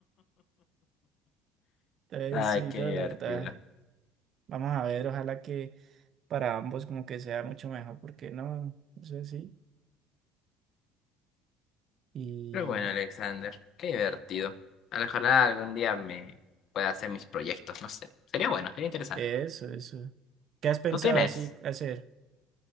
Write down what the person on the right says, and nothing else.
Entonces,
sí,
no,
la verdad, vamos a ver, ojalá que para ambos como que sea mucho mejor, porque no, eso sí. Y
eso, eso. ¿Qué has pensado
así hacer?